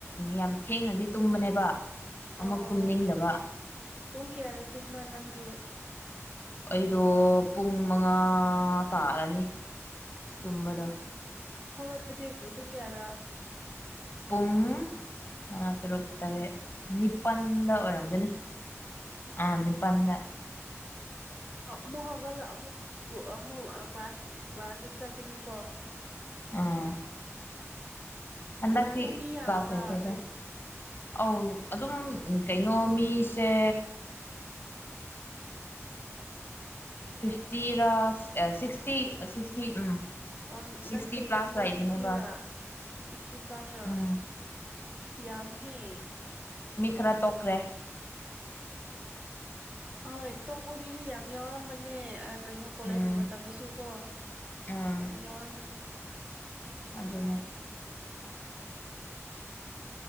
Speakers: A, on the left; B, on the right.
A: ꯌꯥꯝ ꯊꯦꯡꯅꯗꯤ ꯇꯨꯝꯕꯅꯦꯕ ꯑꯃꯨꯛ
B: ꯑꯣ
A: ꯇꯨꯝꯅꯤꯡꯗꯕ
B: ꯄꯨꯡ ꯀꯂꯥꯗ ꯇꯨꯝꯕ ꯅꯪ ꯑꯦ
A: ꯑꯩꯗꯣ ꯄꯨꯡ ꯃꯉꯥ ꯇꯥꯔꯅꯤ ꯇꯨꯝꯕꯗ
B: ꯎꯝ ꯍꯧꯒꯠꯄꯗꯤ ꯄꯨꯨꯡ ꯀꯌꯥꯗ
A: ꯄꯨꯡ ꯃꯉꯥ ꯇꯔꯨꯛ ꯇꯔꯦꯠ ꯅꯤꯄꯜꯗ ꯑꯣꯏꯔꯝꯒꯅꯤ
B: ꯎꯝ
A: ꯑ ꯏꯅꯤꯄꯗ
B: ꯑꯃꯨꯛ ꯍꯧꯒꯠꯂ ꯑꯃꯨꯛ ꯑꯃꯨꯛ ꯀ꯭ꯂꯥꯁ ꯀ꯭ꯂꯥꯁꯁꯤ ꯆꯠꯀꯅꯤꯀꯣ
A: ꯑꯥ ꯍꯟꯗꯛꯇꯤ
B: ꯀꯖ ꯃꯤ ꯌꯥꯝꯕ꯭ꯔꯥ
A: ꯀ꯭ꯂꯥꯁ ꯂꯩꯇꯦꯗ
B: ꯀꯩꯅꯣ
A: ꯑꯧ ꯑꯗꯨꯝ ꯀꯩꯅꯣ ꯃꯤꯁꯦ ꯐꯤꯞꯇꯤꯔꯥ ꯁꯤꯛꯁꯇꯤ ꯁꯤꯛꯁꯇꯤ ꯎꯝ
B: ꯑꯣ
A: ꯁꯤꯛꯁꯇꯤ
B: ꯅꯪ ꯁꯦꯛꯁꯟꯗ
A: ꯄ꯭ꯂꯥꯁ ꯂꯩꯕꯅꯦꯕ
B: ꯁꯤꯛꯁꯇꯤꯔꯥ ꯁꯤꯛꯁꯇꯤꯞ
A: ꯎꯝ
B: <unintelligible> ꯌꯥꯃꯤꯍꯦ
A: ꯃꯤꯈꯔꯥ ꯇꯣꯛꯈ꯭ꯔꯦ
B: ꯑꯣ ꯍꯣꯏ ꯇꯧꯕ ꯃꯤꯁꯨ ꯌꯥꯝ ꯌꯥꯎꯔꯝꯕꯅꯦ ꯀꯩꯅꯣ ꯀꯣꯂꯦꯖꯀꯤ
A: ꯎꯝ
B: ꯃꯇꯝꯗꯁꯨ ꯀꯣ
A: ꯎꯝ
B: ꯌꯥꯝ ꯌꯥꯎꯔꯝꯕꯅꯦ
A: ꯑꯗꯨꯅꯦ